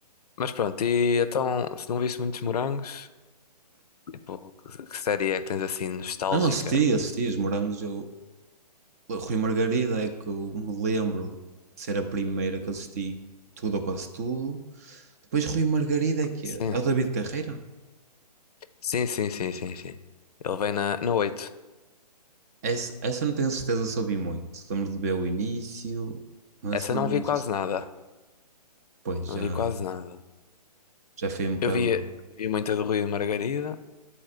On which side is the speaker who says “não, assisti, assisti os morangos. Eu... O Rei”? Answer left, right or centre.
Right